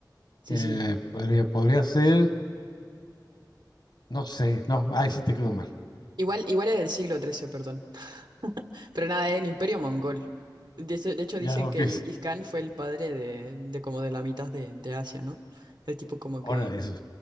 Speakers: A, on the right; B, on the left.
A: Sí,
B: Eh,
A: sí.
B: podría, podría ser, no sé, no, ahí sí te quedó mal.
A: Igual, igual era el siglo XIII, perdón. Pero nada, era el imperio mongol. De, hecho, de hecho, dicen
B: Ya, ok,
A: que
B: es
A: Gengis Khan fue el padre de, de como de la mitad de, de Asia, ¿no? El tipo como
B: hora
A: que...
B: de eso.